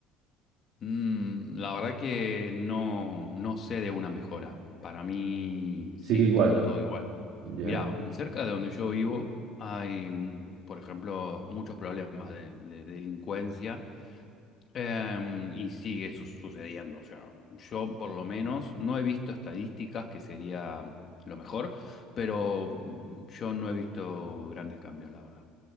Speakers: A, on the left; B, on the right.
A: Mm, la verdad que no, no sé de una mejora. Para mí sigue
B: Sigue igual.
A: estando todo igual.
B: Ya,
A: Mirá, cerca de donde yo vivo hay, mm, por ejemplo, muchos problemas de, de delincuencia em, y sigue su- sucediendo. O sea, yo por lo menos no he visto estadísticas, que sería lo mejor, pero mm, yo no he visto grandes cambios, la verdad.